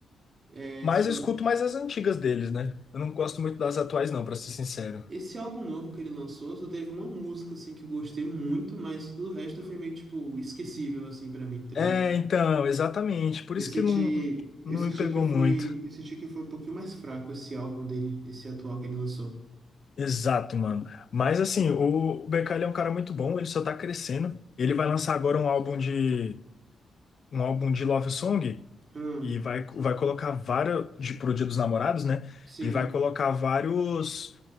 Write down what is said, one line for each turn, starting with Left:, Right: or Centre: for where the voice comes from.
Right: é,
Left: Mas
Right: se
Left: eu
Right: eu-
Left: escuto mais as antigas deles, né? Eu não gosto muito das atuais, não, pra ser sincero.
Right: esse álbum novo que ele lançou só teve uma música, assim, que eu gostei muito, mas o resto foi meio, tipo, esquecível, assim, pra mim, tá ligado?
Left: É, então, exatamente. Por
Right: Eu
Left: isso
Right: senti,
Left: que não,
Right: eu
Left: não
Right: senti
Left: me pegou
Right: que foi,
Left: muito.
Right: eu senti que foi um pouquinho mais fraco esse álbum dele, esse atual que ele lançou.
Left: Exato, mano. Mas assim, o o BK ele é um cara muito bom, ele só tá crescendo. Ele vai lançar agora um álbum de um álbum de Love Song
Right: Hum,
Left: e vai, vai colocar vários de, pro Dia dos Namorados, né?
Right: sim,
Left: E vai colocar vários